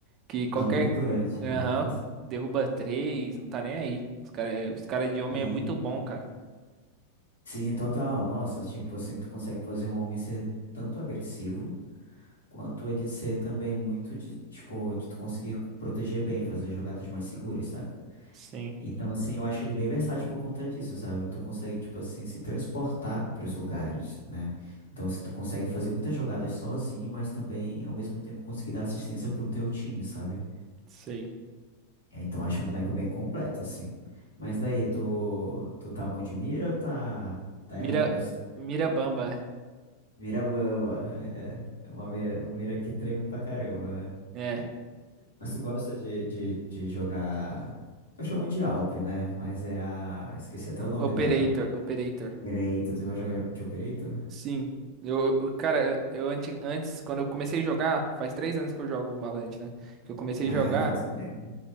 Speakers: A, on the right (about 35°); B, on the left (about 80°).
A: Que qualquer.
B: Homem do Clutch.
A: Aham,
B: <laughs>
A: derruba três, não tá nem aí. Os cara, os cara de homem
B: Sim.
A: é muito bom, cara.
B: Sim, total. Nossa, tipo assim, tu consegue fazer um homem ser tanto agressivo, quanto ele ser também muito de, tipo, de tu conseguir proteger bem, fazer jogadas mais seguras, saca?
A: Sim,
B: Então, assim, eu acho ele bem versátil por conta disso, sabe? Tu consegue, tipo assim, se transportar para os lugares, né? Então, assim, tu consegue fazer muitas jogadas sozinho, mas também, ao mesmo tempo, conseguir dar assistência pro teu time, sabe?
A: sei.
B: É, então acho um boneco bem completo, assim. Mas daí, tu, tu tá bom de mira ou tá, tá
A: Mira,
B: errando bastante?
A: Mira Bamba.
B: Mira boa. <laughs> É, é uma mira, mira que treme pra caramba, né?
A: É.
B: Mas tu gosta de, de, de jogar. Eu chamo de Alp, né? Mas é a. Esqueci até o nome
A: Operator,
B: dela.
A: Operator.
B: Operator, tu gosta de jogar de Operator?
A: Sim. Eu, eu- cara, eu antes, antes, quando eu comecei a jogar, faz três anos que eu jogo o Valorant, né? Que eu comecei
B: É,
A: a jogar.
B: faz um tempo.